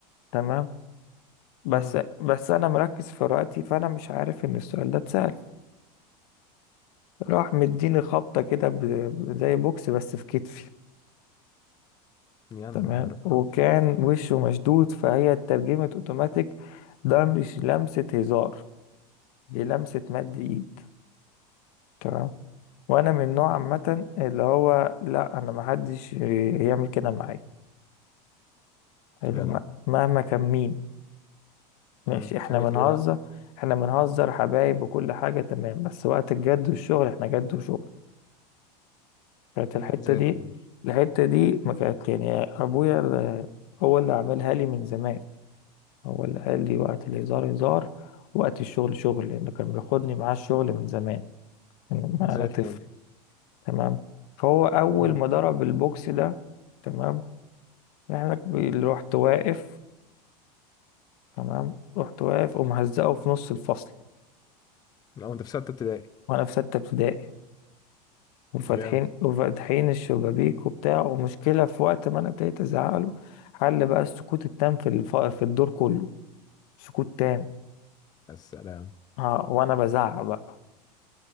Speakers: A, on the left; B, on the left.
A: تمام بس
B: امم
A: بس انا مركز في وقتي فانا مش عارف ان السؤال ده اتسأل راح مديني خبطة كده ب- ب- زي بوكس بس في كتفي
B: يا نهار
A: تمام وكان
B: أب...
A: وشه مشدود فهي اترجمت اوتوماتيك ده مش لمسة هزار دي لمسة مد ايد تمام وانا من نوع عامة اللي هو لا انا محدش يعمل كده معايا حلو،
B: جدع
A: م- مهما كان مين ماشي
B: امم
A: احنا
B: عملت
A: بنهزر
B: ايه بقى
A: احنا بنهزر حبايب وكل حاجة تمام بس وقت الجد والشغل احنا جد وشغل كانت
B: امم
A: الحتة
B: زي
A: دي
B: الفل
A: الحتة دي ما كانت يعني أبويا ال- هو اللي عملها لي من زمان هو اللي قال لي وقت الهزار هزار وقت الشغل شغل لأنه كان بياخدني معاه الشغل من زمان من ما
B: زي
A: أنا طفل
B: الفل
A: تمام فهو أول
B: امم
A: ما ضرب البوكس ده تمام يعني اللي رحت واقف تمام رحت واقف ومهزقه في نص الفصل
B: لو انت في ستة ابتدائي
A: وأنا في ستة ابتدائي وفاتحين
B: جامد
A: وفاتحين الشبابيك وبتاع ومشكلة في وقت ما انا ابتديت ازعق له حل بقى السكوت التام في الف... في الدور كله سكوت تام
B: السلام
A: ها وانا بزعق بقى